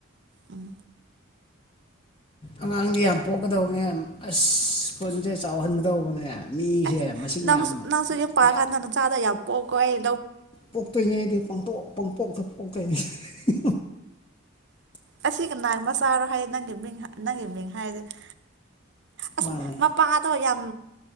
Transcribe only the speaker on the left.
ꯑꯉꯥꯡꯗꯤ ꯌꯥꯝ ꯄꯣꯛꯀꯗꯧꯕꯅꯦ ꯑꯁ ꯁ꯭ꯀꯨꯜꯁꯦ ꯆꯥꯎꯍꯟꯒꯗꯧꯕꯅꯦ ꯃꯤꯁꯦ
ꯃꯁꯤꯡ
ꯌꯥꯝ
ꯌꯥꯝ
ꯄꯣꯛꯇꯣꯏꯅꯦ ꯑꯩꯗꯤ ꯄꯥꯡꯊꯣꯛ ꯄꯥꯡꯊꯣꯛ <unintelligible>
ꯃꯥꯅꯦ